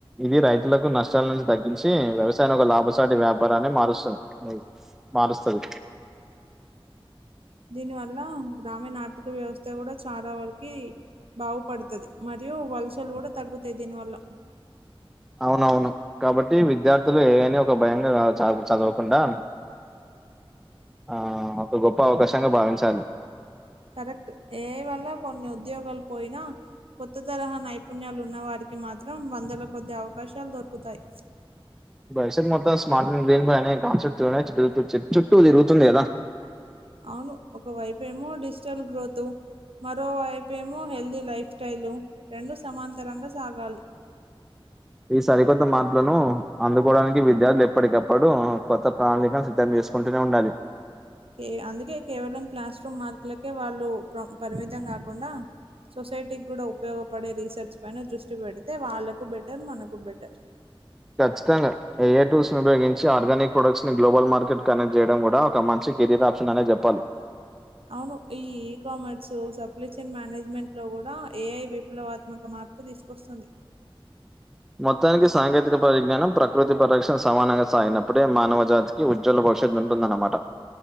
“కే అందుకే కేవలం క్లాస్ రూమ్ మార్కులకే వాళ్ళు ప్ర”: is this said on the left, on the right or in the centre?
Right